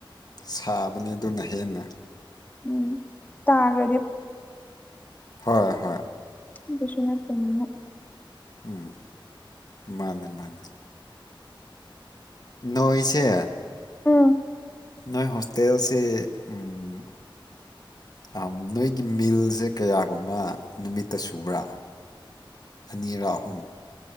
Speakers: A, on the left; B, on the left.
A: ꯁꯥꯕꯅꯤ ꯑꯗꯨꯅ ꯍꯦꯟꯅ
B: ꯎꯝ ꯇꯥꯒꯔ
A: ꯍꯣꯏ ꯍꯣꯏ
B: ꯑꯗꯨꯁꯨ ꯅꯠꯇꯕꯅꯤꯅ
A: ꯎꯝ ꯃꯥꯅꯦ ꯃꯥꯅꯦ ꯅꯣꯏꯁꯦ
B: ꯎꯝ
A: ꯅꯣꯏ ꯍꯣꯁꯇꯦꯜꯁꯤ ꯎꯝ ꯑꯥ ꯅꯣꯏꯒꯤ ꯃꯤꯜꯖꯦ ꯀꯌꯥꯒꯨꯝꯕ ꯅꯨꯃꯤꯠꯇ ꯁꯨꯕ꯭ꯔꯥ ꯑꯅꯤꯔ ꯑꯍꯨꯝ